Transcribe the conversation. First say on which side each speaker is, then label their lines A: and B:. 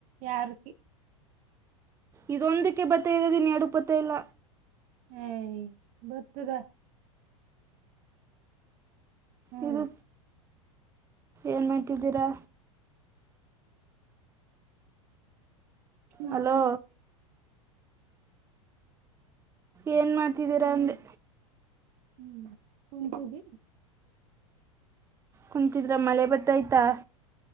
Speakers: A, on the right; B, on the right.
A: ಯಾರಿಗಿ
B: ಇದೊಂದಕ್ಕೆ ಪತ್ತ ಇರೋದನ್ ಎರಡ ಪತ್ತ ಇಲ್ಲ
A: ಹೇ ಬರ್ತದ ಹ್ಮ್
B: ಇದು ಏನ್ ಮಾಡ್ತಿದ್ದೀರಾ
A: ನಾಯೆನ್
B: ಹಲೋ
A: ಮಾಡ
B: ಏನು ಮಾಡ್ತಿದ್ದೀರಾ
A: ಹ್ಮ್
B: ಅಂದೆ
A: ಮತ್ತೆ ಹ್ಮ್ ಕುಂತಿವ
B: ಕುಂತಿದ್ರ ಮಳೆ ಬತ್ತಯ್ತಾ